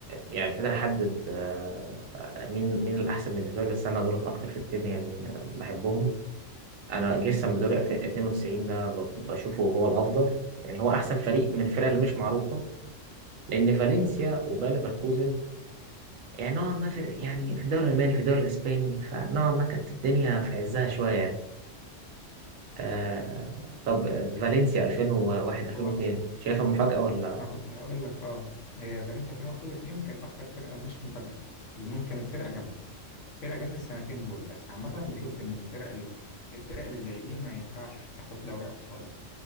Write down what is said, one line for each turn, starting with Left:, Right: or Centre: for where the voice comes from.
Right: يعني مش قادر احدد آه، آه، مين مين الاحسن بالنسبه لي بس انا دولت اكتر فرقتين يعني بحبهم انا جيرسون بدوري 92 ده ب- بشوفه هو الافضل يعني هو احسن فريق من الفرق اللي مش معروفه لان فالنسيا وباير ليفركوزن يعني نوعا ما في يعني في الدوري الألماني في الدوري الأسباني فنوعا ما كانت الدنيا في عزها شوية يعني آه طب آه، فالنسيا 2001 2002
Left: هو
Right: شايفها مفاجأة ولا
Left: ما كنت هقول لك اه هي فرنسا 2001 و2 كانت اكتر فرقه مش مفاجاه لانهم كانت فرقه جامده فرقه جامده السنتين دول بس عامه بشوف ان الفرق ال- الفرق اللي زي دي ما ينفعش تاخد دوري ابطال يعني